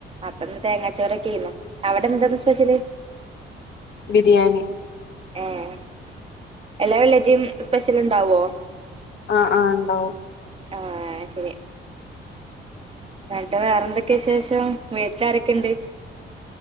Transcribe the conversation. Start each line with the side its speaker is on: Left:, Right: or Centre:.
Right: അപ്പ ന്ന് തേങ്ങാച്ചോറൊക്കെ ഏന്നു അവിടെന്താന്ന് ഇന്ന് സ്പെഷ്യല്?
Left: ബിരിയാണി
Right: ഏഹ് എല്ലാ വെള്ളിയാഴ്ച്ചിം സ്പെഷ്യല് ഇണ്ടാവോ?
Left: ആഹ് ആഹ് ഇണ്ടാവും
Right: ആഹ് ശെരി ഇന്നട്ട് വേറെന്തൊക്കെ വിശേഷം വീട്ടിലാരൊക്കെണ്ട്?